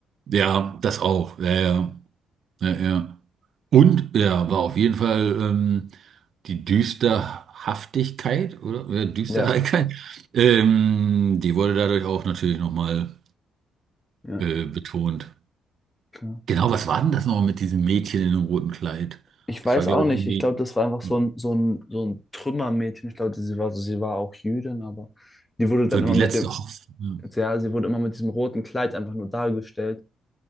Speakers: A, on the right (about 60°); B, on the left (about 15°).
A: Ja, das auch. Ja, ja, ja, ja. Und ja, war auf jeden Fall ähm, die Düsterhaftigkeit oder ja, Düsterheit,
B: Ja,
A: <laughs> ähm, die wurde dadurch auch natürlich nochmal
B: ja,
A: äh, betont.
B: klar.
A: Genau,
B: Das-
A: was war denn das nochmal mit diesem Mädchen in dem roten Kleid?
B: Ich
A: Das
B: weiß
A: war, glaube
B: auch nicht.
A: ich, irgendwie
B: Ich glaube, das war einfach so
A: die,
B: ein, so ein, so ein Trümmermädchen. Ich glaube, sie war so, sie war auch Jüdin, aber die wurde dann
A: so die
B: immer
A: letzte
B: mit dem,
A: Hoffnung.
B: ja, sie wurde immer mit diesem roten Kleid einfach nur dargestellt.